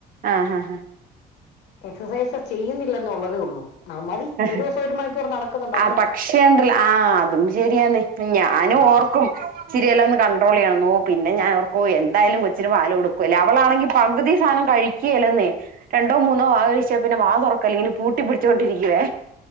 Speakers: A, on the right (about 55°); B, on the left (about 80°).
A: ആ ആഹഹഹ
B: എക്സസൈസ് ചെയ്യുന്നില്ല ന്നുള്ളതേ ഉള്ളൂ ആ മതി
A: അ
B: ഒരു ദിവസം ഒരു മണിക്കൂർ നടക്കുന്നുണ്ട് അത്
A: ആ
B: മതി
A: പക്ഷേണ്ടല്ല ആ അതും ശെരിയാന്ന് ഞാനും
B: ആഹ്
A: ഓർക്കും ച്ചിരിയെല്ലാം ന്ന് കൺട്രോളെയ്യാം ഓ പിന്നെ ഞാനോർക്കും എന്തായാലും കൊച്ചിന് പാലോട്ക്കല്ലേ അവളാണെങ്കി പകുതി സാ കഴിയിക്കെല്ലെന്നേ രണ്ടോ മൂന്നോ വാ കഴിച്ചാപിന്നെ വാ തുറക്കല്ല ഇങ്ങനെ പൂട്ടി പിടിച്ചുകൊണ്ടിരിക്ക ല്ലുവെ